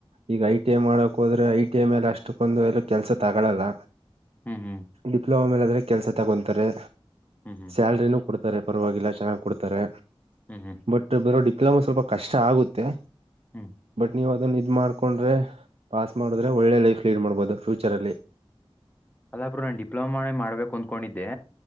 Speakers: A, on the right; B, on the left.
A: ಈಗ ಐ ಟಿಐ ಮಾಡಕ್ ಹೋದ್ರೆ ಐ ಟ ಐ ಮೇಲೆ ಅಷ್ಟಕ್ಕೊಂದು ಎಲ್ಲ ಕೆಲ್ಸ ತಗೊಳಲ್ಲ
B: ಹ್ಮ್ ಹ್ಮ್
A: ಡಿಪ್ಲೋಮಾ ಮೇಲೆ ಕೆಲ್ಸ ತಗೊಂತಾರೆ
B: ಹ್ಮ್ ಹ್ಮ್
A: ಸ್ಯಾಲರಿನು ಕೊಡ್ತ್ ಪರವಾಗಿಲ್ಲ ಚೆನ್ನಾಗಿ ಕೊಡ್ತಾರೆ
B: ಹ್ಮ್ ಹ್ಮ್
A: ಬಟ್ ಬರೋಡಿ ಕೆಲವಮ್ಮ್ ಸ್ವಲ್ಪ ಕಷ್ಟ ಆಗುತ್ತೆ
B: ಹ್ಮ್
A: ಬಟ್ ನೀವ ಅನ್ನ ಇದ್ ಮಾಡ್ಕೊಂಡ್ರೆ ಪಾಸ್ ಮಾಡಿದ್ರೆ ಒಳ್ಳೆ ಲೈಫ್ ಲೀಡ್ ಮಾಡ್ಬಹದು ಫ್ಯೂಚರ್ ಅಲ್ಲಿ
B: ಅಲ್ಲಬ್ರು ನಾನು ಡಿಪ್ಲೊಮ ಮಾಡ್ಬೇಕು ಅಂದಕೊಂಡಿದ್ದೆ